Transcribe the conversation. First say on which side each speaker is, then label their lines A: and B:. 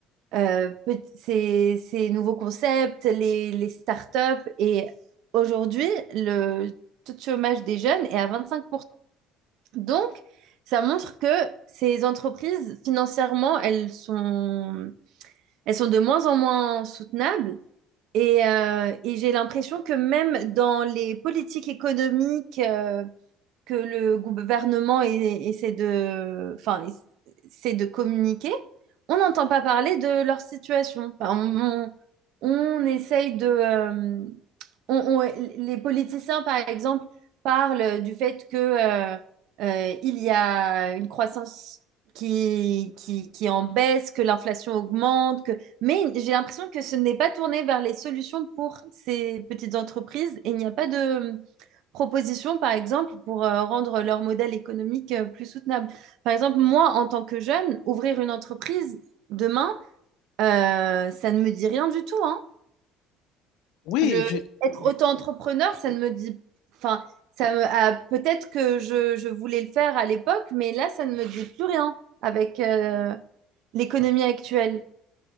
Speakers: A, on the right; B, on the left.
A: euh, pet- ces, ces nouveaux concepts, les, les startups. Et aujourd'hui, le taux de chômage des jeunes est à 25 donc, ça montre que ces entreprises, financièrement, elles sont, elles sont de moins en moins soutenables. Et, euh, et j'ai l'impression que même dans les politiques économiques euh, que le gouvernement e- essaie de, enfin, essaie de communiquer, on n'entend pas parler de leur situation. Enfin, on, on- on essaye de... euh, on- on- les politiciens, par exemple, parlent du fait que, euh, euh, il y a une croissance qui, qui, qui est en baisse, que l'inflation augmente, que... mais j'ai l'impression que ce n'est pas tourné vers les solutions pour ces petites entreprises et il n'y a pas de propositions, par exemple, pour euh, rendre leur modèle économique euh, plus soutenable. Par exemple, moi, en tant que jeune, ouvrir une entreprise demain, euh, ça ne me dit rien du tout, hein.
B: Oui,
A: Je,
B: je,
A: être
B: oui,
A: auto-entrepreneur, ça ne me dit... Enfin, ça me, ah, peut-être que je, je voulais le faire à l'époque, mais là, ça ne me dit plus rien avec euh, l'économie actuelle.